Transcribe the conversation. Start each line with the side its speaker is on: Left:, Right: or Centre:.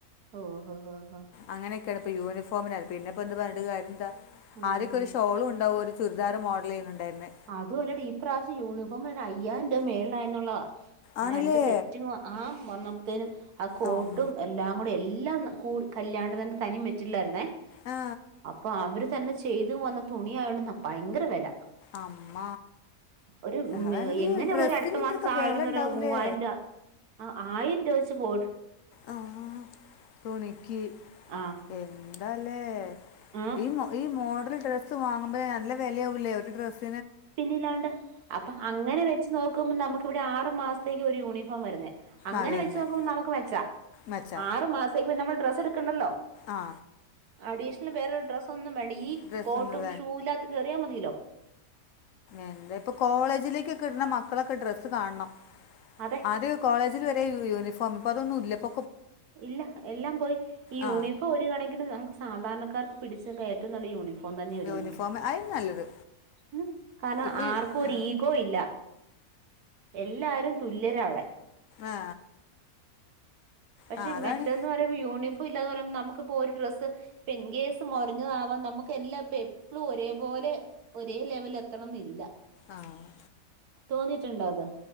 Right: ഓഹ് ഓഹ് ഓഹ്
Left: അങ്ങനൊക്കെയാണ് ഇപ്പോ യൂണിഫോമിന പിന്നെപ്പോൾ എന്ത് പറഞ്ഞിട്ട് കാര്യന്താ ആദ്യോക്കൊ
Right: ആഹ്
Left: ഒരു ഷോളും ഉണ്ടാവും ഒരു ചു <unintelligible> മോഡൽ ചെയ്യുന്നുണ്ടായിരുന്നു
Right: അതുമല്ല ഈ പ്രാവശ്യ യൂണിഫോ ഫോമിന് അയ്യായിരം രൂപ മേളില എന്നുള്ള ആ
Left: ആണല്ലേ
Right: രണ്ട് സെറ്റ് ആ വന്നപ്പോത്തേനും ആ കോട്ടും
Left: ഉം.
Right: എല്ലാം കൂടെ എല്ലാം കൂ കല്യാണ്ടെ തന്നെ തനി മെറ്റീരിയൽ ആയിരുന്നേ
Left: ആ
Right: അപ്പൊ അവര് തന്നെ ചെയ്തു വന്ന തുണിയായെന്ന ഭയങ്കര വില
Left: അമ്മ
Right: ഒരു ഉം
Left: അത ഈ
Right: എങ്ങനെ
Left: ഡ്രെസ്സിന്
Right: പോയാലും അടുത്ത
Left: എന്തൊക്കെ
Right: മാസം സാലറിന്നൊരു
Left: വില ഉണ്ടാവൂലേ
Right: മൂവായിരം രൂപ ആ ആയിരം രൂപ വെച്ച് പോ
Left: ആ തുണിക്കി
Right: ആ
Left: എന്താലേ
Right: ആ
Left: ഈ <unintelligible> ഡ്രസ്സ് വാങ്ങ്മ്പേ നല്ല വിലയാകൂലേ ഒരു ഡ്രസ്സ്
Right: പിന്നെല്ലാണ്ട് അപ്പൊ അങ്ങനെ വെച്ച് നോക്കുമ്പോൾ നമുക്ക് ഇവിടെ ആറ് മാസത്തേക്ക് ഒരു യൂണിഫോം വരുന്നത് അങ്ങനെ
Left: ആ വരുന്നത്
Right: വെച്ച് നോക്കുമ്പോ നമുക്ക് മെച്ച
Left: മച്ചാ
Right: ആറു മാസ നമ്മൾ ഡ്രസ് എടു ക്ക്ണ്ടല്ലോ
Left: ആ
Right: അഡിഷണൽ വെറെ ഒന്നും വേണ്ടല്ലോ ഈ
Left: ഡ്രസ്സൊന്നും
Right: കോട്ടും ഷോയില് കേറിയാൽ മതിയല്ലോ തിലോ
Left: എന്ത പ്പൊ കോളേജിലേക്കൊക്കെ ഇട്ണ മക്കളൊക്കെ ഡ്രസ് കാണണം
Right: അതെ
Left: ആദ്യ കോളേജിൽ വരെ യൂണിഫോം പതൊന്നുല്ലപ്പ
Right: ഇല്ല എല്ലാം പോയി ഈ യൂണിഫോം
Left: ആ
Right: ഒരു കണക്കിന് നമുക്ക് സാധാരണക്കർക്ക് പിടിച്ചൊക്ക ഏറ്റവും നല്ല യൂണഫ് ഇപ്പം തന്നെ ഒര്
Left: യൂണിഫോം
Right: കണക്കിന്
Left: അത് നല്ലത്
Right: ഉം കാരണം
Left: ഇപ്പൊ യു-
Right: ആർക്കും ഒരു
Left: ആ
Right: ഈഗോ ഇല്ല എല്ലാരും തുല്യരാ അവിടെ.
Left: ആ,
Right: പക്ഷെ
Left: ആ, അതാണ്
Right: മെറ്റന്ന് പറയുമ്പോ യൂണഫോ ഇപ്പ ഇല്ലാന്നു പറയു നമുക്കിപ്പോ ഒരു ഡ്രസ്സ് ഇപ്പെ ഇൻകേസ് മുറഞ്ഞതാവാൻ നമുക്ക് എല്ലാം ഇപ്പ എപ്പളും ഒരേപോലെ ഒരേ ലെവലിൽ എത്തണംന്നില്ല.
Left: ആഹ്
Right: തോന്നിയിട്ടുണ്ടോ അത്